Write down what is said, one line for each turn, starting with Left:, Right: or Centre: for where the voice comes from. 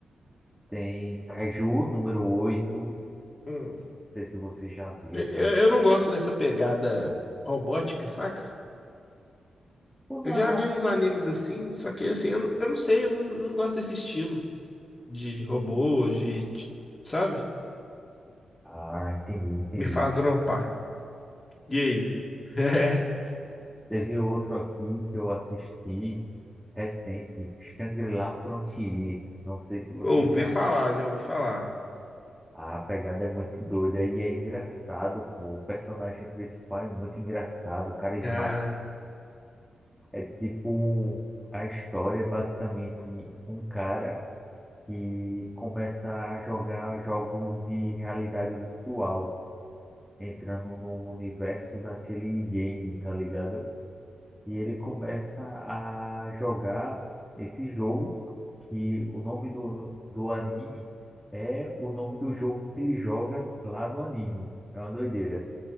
Centre: Tem Kaiju número oito
Left: Hum.
Centre: Não sei se você já viu
Left: Eu, eu-
Centre: Kaiju.
Left: eu não gosto dessa pegada robótica, saca?
Centre: Ou
Left: Eu
Centre: na-
Left: já
Centre: na-
Left: vi uns animes assim, só que assim, eu, não- eu não sei, eu não, não gosto desse estilo. de robô, de, t- sabe?
Centre: Ah, entendi, entendi.
Left: Me faz dropar. E aí? <laughs>
Centre: Teve outro aqui que eu assisti recente, Shangri-La Frontier. Não sei se você
Left: É, Ouvi
Centre: já.
Left: falar, já ouvi falar.
Centre: A pegada é muito doida e é engraçado, pô. O personagem principal é muito engraçado, carismático.
Left: Ah,
Centre: É tipo. um, A história é basicamente um cara. e começa a jogar jogos de realidade virtual, entrando no universo daquele game, tá ligado? E ele começa a jogar esse jogo que o nome do, do anime é o nome do jogo que ele joga lá no anime. É uma doideira.